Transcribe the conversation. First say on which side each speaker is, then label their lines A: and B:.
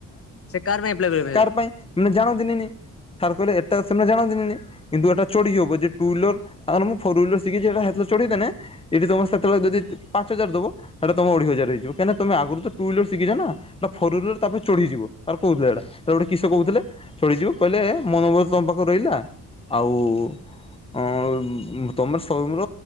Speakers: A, on the left (about 40°); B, on the left (about 15°).
A: ସେ କାର ପାଇଁ ଆପ୍ଲାଏ କରିବେ
B: କ
A: କାହିଁକି
B: ପାଇଁ ମାନେ ଜାଣନ୍ତି ସାର୍ କହିଲେ ଏଟା ସେମାନେ ଜଣନ୍ତିିନନି କିନ୍ତୁ ଏଟାଢି ହବ ଯେ ଟୁ ହଲର ତା ମୁଁ ଫୋର ହଲର ଶିଖି ସେଟା ସେ ଚଢିଦେ ଏଠି ତମେ ସେତେବେଳେ ଯଦି ପାଞ୍ଚ ହଜାର ଦବ ତାହେଲେ ତମ ଅଢି ହଜାରଇିବ କାହିଁକି ତମ ଆଗରୁ ତ ଟୁ ହର ଶିଖିଛ ନା ଟା ଫ ତାପରେ ଚଢିଯିବ ତାର କହୁଥିଲେ ଏଇଟା ଗୋଟେ କିଷ କହୁଥିଲେ ଚଢିଯିବ କହିଲେ ମନୋଭଜ ତମ ପାଖରେ ରହିଲା ଆଉ ଅ ତମର ସଵୟର